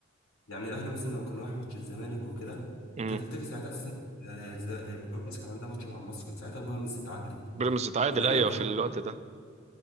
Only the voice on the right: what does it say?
امم
بيراميدز اتعادل
ايوه
في الوقت ده